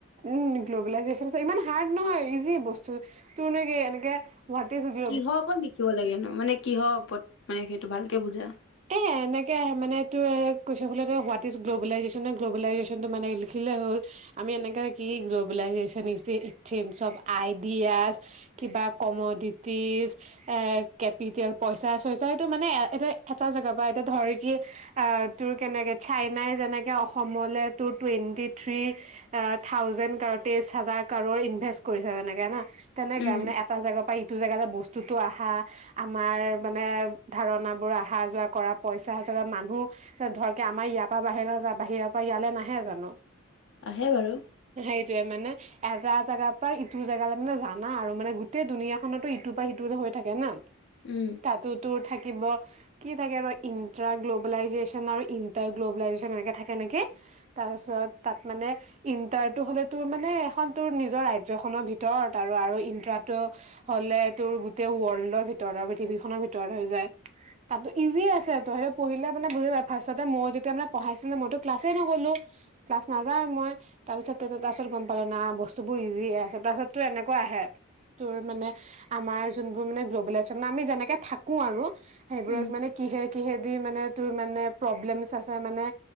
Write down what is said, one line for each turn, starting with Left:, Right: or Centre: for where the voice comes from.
Right: উম, গ্ল'বেলাইজেশ্যনটো ইমান হাৰ্ড নহয়, ইজি বস্তু, তোৰ মানে কি এনেকে হোৱাট ইজ গি
Left: কিহৰ ওপৰত লিখিব লাগেনো? মানে কিহৰ ওপৰত মানে সেইটো ভালকে বুজা।
Right: এয়াই। এনেকে আহে মানে, টো এ কুৱেশ্যন সুধিলে তোক এই, হোৱাট ইজ গ্ল'বেলাইজেশ্যন? গ্লবেলাইজেশ্যনটো মানে লিখিলে দিলে হ'ল। আমি এনেকে কি? Globalisation is a change of ideas কিবা ক'মোডিটিজ, এ কেপিটেল পইচা-চইচা এইটো মানে এ এটা এটা জেগা পৰা এতিয়া ধৰ, কি আ তোৰ কেনেকে চাইনাই যেনেকে অসমলে তোৰ টুৱেণ্টিত থ্ৰী থাউজেণ্ড ক'ৰৰ তেইশ হাজাৰ ক'ৰৰ ইনভেষ্ট কৰিছে যেনেকে না'? তেনেকে
Left: উম
Right: মানে এট এটা জেগাৰ পৰা ইটো জেগালে বস্তুটো আহা, আমাৰ মানে ধাৰণাবোৰ আ আহা-যোৱা কৰা পইচা আচলতে মানুহ ধৰ কি আমাৰ ইয়াৰ পৰা বাহিৰলে যোৱা, বাহিৰৰ পৰা ইয়ালে নাহে জানো?
Left: আহে বাৰু।
Right: সেইটোৱেই মানে এটা জেগাৰ পৰা, ইটো জেগালে মানে জানা আৰু মানে, গোটেই দুুনীয়া খনতো ইটোৰ পৰা সিটো টো হৈ থাকে না?
Left: উম।
Right: তাতো তোৰ থাকিব কি থাকে বা? ইন্ট্ৰা গ্ল'বেলাইজেশ্যন আৰু ইণ্টাৰ গ্ল'বেলাইজেশ্যন এনেকে থাকে নেকি? তাৰপিছত তাত মানে ইণ্টাৰটো হ'লে তুৰ মানে, এখন তুৰ নিজৰ ৰাজ্যখনৰ ভিতৰত আৰু আৰু ইণ্টাৰটো হ'লে তুৰ, গোটেই ৱৰ্ল্ডৰ ভিতৰত আৰু পৃথিৱীখনৰ ভিতৰত হৈ যায়। তাতো ইজি আছে তুৰ, হেইটো পঢ়িলে মানে বুজি পাবি। ফাৰ্ষ্টতে মও যেতিয়া মানে পঢ়াইছিলে, মইতো ক্লাছেই নগ'লো। ক্লাছ নাযাওঁৱে মই। তাৰপিছত তাৰপিছত তাৰপিছত গ'ম পালোঁ, না বস্তুবোৰ ইজি আছে। তাৰপিছত টো এনেকুৱা আহে তোৰ, মানে আমাৰ যোনবোৰ মানে গ্ল'বেলাইজেশ্যন, আমি যেনেকে থাকোঁ আৰু সেইবোৰক
Left: উম
Right: মানে কিহে কিহেদি মানে, তোৰ মানে প্ৰব্লেমছ আছে মানে